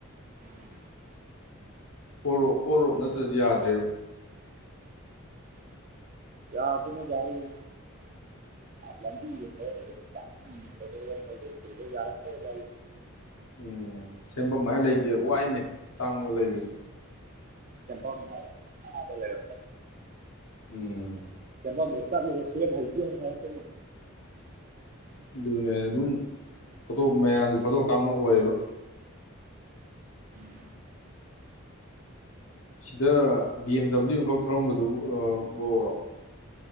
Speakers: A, on the right; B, on the left.
A: <inaudible>
B: ꯑꯣꯔꯣꯞ ꯑꯣꯔꯣꯞ ꯅꯠꯇ꯭ꯔꯗꯤ ꯌꯥꯗ꯭ꯔꯦꯕ
A: ꯌꯥꯗꯦꯅꯦ ꯒꯥꯔꯤꯁꯤ <unintelligible>
B: ꯎꯝ ꯁꯦꯝꯐꯝ ꯍꯥꯏꯔ ꯂꯩꯇꯦ ꯋꯥꯏꯅꯦ ꯇꯥꯡꯕ ꯂꯩꯕꯁꯦ
A: <unintelligible>
B: ꯎꯝ
A: ꯁꯦꯝꯕꯝꯗ ꯆꯠꯂꯨꯔꯦ ꯍꯩꯇꯦ ꯑꯃꯨꯛ ꯍꯥꯏꯔꯀꯅꯤ
B: ꯑꯗꯨꯅꯦ ꯑꯗꯨꯝ ꯐꯣꯇꯣ ꯃꯌꯥꯝꯒꯤ ꯐꯣꯇꯣ ꯀꯥꯞꯅ ꯑꯣꯏꯌꯦꯕ
A: <inaudible>
B: ꯁꯤꯗ ꯕꯤ ꯑꯦꯝ ꯗꯕ꯭ꯂꯤꯎꯨ ꯑꯃꯈꯛ ꯊꯧꯔꯝꯕꯗꯨꯕꯨ <unintelligible>